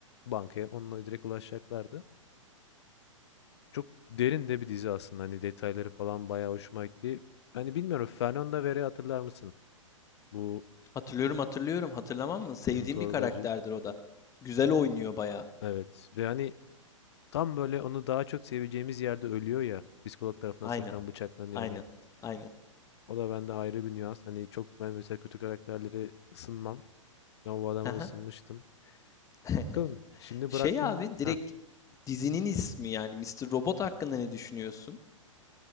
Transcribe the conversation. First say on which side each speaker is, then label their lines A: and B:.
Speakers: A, on the left; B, on the left.
A: bankaya onunla direkt ulaşacaklardı. Çok derin de bir dizi aslında, hani, detayları falan bayağı hoşuma gitti. Hani, bilmiyorum Fernanda Vera'yı hatırlar mısın? Bu,
B: Hatırlıyorum hatırlıyorum. Hatırlamam mı? Sevdiğim
A: ımm, torbacı
B: bir karakterdir o da. Güzel oynuyor bayağı.
A: Evet ve, hani, tam böyle onu daha çok seveceğimiz yerde ölüyor ya, psikolog tarafından
B: Aynen.
A: sırttan bıçaklanıyor,
B: Aynen.
A: hani.
B: Aynen.
A: O da bende ayrı bir nüans. Hani, çok ben mesela kötü karakterlere ısınmam ama bu adama
B: Haha.
A: ısınmıştım.
B: <laughs>
A: Bakalım şimdi
B: Şey
A: bıraktım
B: abi direkt
A: ha
B: dizinin ismi yani Mister Robot hakkında ne düşünüyorsun?